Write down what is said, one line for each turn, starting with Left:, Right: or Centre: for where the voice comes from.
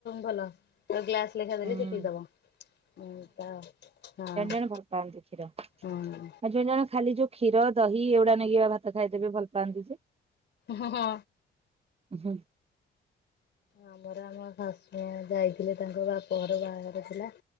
Left: ଭଲ ପୁରା ଗ୍ଲାସ। ପଇସା
Right: ହୁଁ
Left: ଦେଲେ ସେ ପିଇଦବ ହୁଁ ତା ହଁ।
Right: ସେ ଭଲ ପାଆନ୍ତି କ୍ଷୀର।
Left: ହଁ।
Right: ଆଉ ଜଣ ଜଣ ଖାଲି ଯୋଉ କ୍ଷର ଦହି ଏଗୁଡା ନେଇକି ଭାତ ଖାଇଦେବେ ଭଲ ପାଆନ୍ତି ସେ।
Left: ହଁ ହଁ।
Right: ହୁଁ।
Left: ଆମର ଆମ ଶାଶୁ ମା ଯାଇଥିଲେ ତାଙ୍କ ବାପ ଘର ବାହାଘର ଥିଲା।